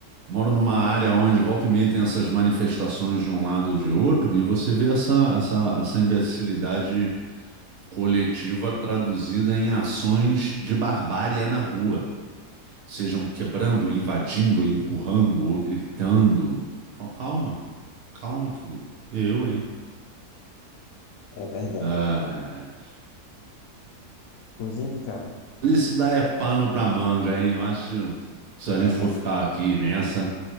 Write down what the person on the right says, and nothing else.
moro numa área onde volta e meia tem essas manifestações de um lado ou de outro, e você vê essa essa essa imbecilidade Coletiva traduzida em ações de barbárie na rua. Sejam quebrando, invadindo, empurrando ou gritando. Fala, Calma, calma, querido. Eu, hein?
Ah,
é.
Isso daí é pano pra manga, hein? Eu acho que se
a gente for ficar aqui nessa,